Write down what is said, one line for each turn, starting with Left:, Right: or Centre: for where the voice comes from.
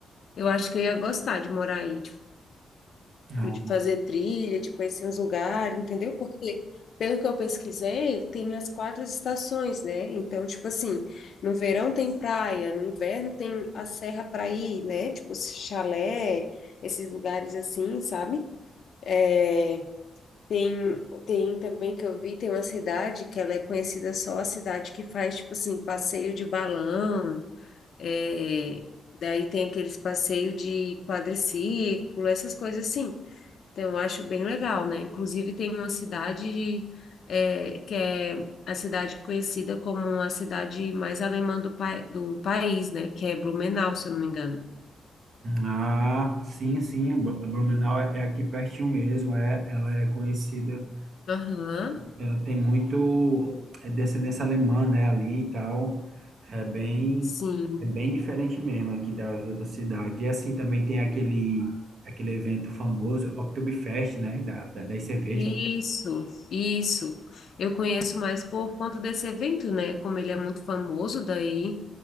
Left: Eu acho que eu ia gostar de morar aí, tipo,
Right: Ah,
Left: de fazer trilha, de conhecer os lugares, entendeu? Porque, pelo que eu pesquisei, tem as quatro estações, né? Então, tipo assim, no verão tem praia, no inverno tem a serra para ir, né? Tipo, chalé, esses lugares assim, sabe? É, tem, tem também que eu vi, tem uma cidade que ela é conhecida só a cidade que faz, tipo assim, passeio de balão. É, daí tem aqueles passeios de quadriciclo, essas coisas assim. Então, eu acho bem legal, né? Inclusive, tem uma cidade é, que é a cidade conhecida como a cidade mais alemã do, pa do país, né? Que é Blumenau, se eu não me engano.
Right: ah, sim, sim. Blu- Blumenau é é aqui pertinho mesmo. É, ela é conhecida.
Left: Aham,
Right: ela tem muito é, descendência alemã, né, ali e tal. É bem,
Left: sim.
Right: é bem diferente mesmo aqui das outras cidades. E assim também tem aquele, aquele evento famoso, Oktoberfest, né, da, da, das cervejas.
Left: Isso, isso. Eu conheço mais por conta desse evento, né? Como ele é muito famoso, daí